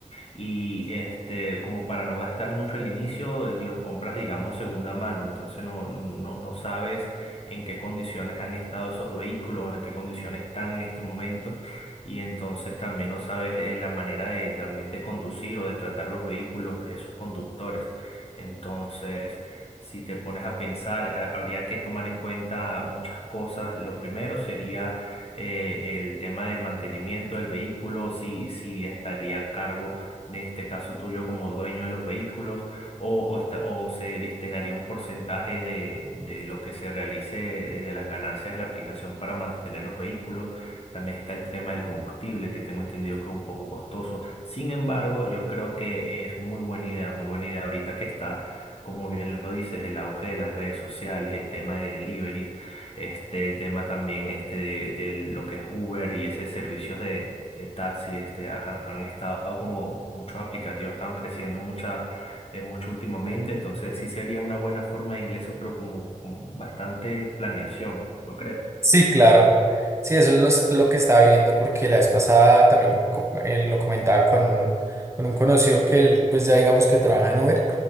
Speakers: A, on the left; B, on the right.
A: y este, como para no gastar mucho al inicio, eh, los compras, digamos, segunda mano. Entonces no, no, no sabes en qué condiciones han estado esos vehículos, en qué condiciones están en este momento. Y entonces también no sabes eh, la manera de también de conducir o de tratar los vehículos, esos conductores. Entonces, si te pones a pensar, ha- habría que tomar en cuenta muchas cosas. Lo primero sería eh, el tema del mantenimiento del vehículo, si, si estaría a cargo de este caso tuyo como dueño de los vehículos o, o, esta- o se destinaría un porcentaje de, de lo que se realice eh, de las ganancias de la aplicación para mantener los vehículos. También está el tema del combustible, que tengo entendido que es un poco costoso. Sin embargo, yo creo que es muy buena idea, muy buena idea. Ahorita que está, como bien lo dices, el auge de las redes sociales, el tema de deliveries, este, el tema también este de, de lo que es Uber y ese servicios de, de taxi, este, ha- ha- han estado como muchos aplicativos están creciendo mucha, eh, mucho últimamente. Entonces, sí sería una buena forma de ingreso, pero como mm, bastante planeación, ¿no crees?
B: Sí, claro. Sí, eso es lo, es- lo que estaba viendo porque la vez pasada también co- eh, lo comentaba con un, con un conocido que él, pues ya digamos que trabaja en Uber